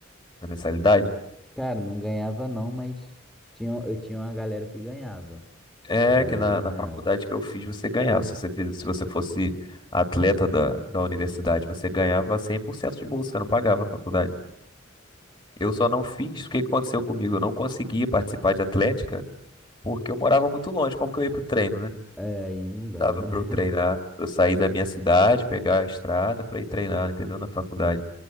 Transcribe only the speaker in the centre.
Cara, não ganhava não, mas tinha, eu tinha uma galera que ganhava.
Tinha uma galera
que ganhava.
É, aí não dá,
né?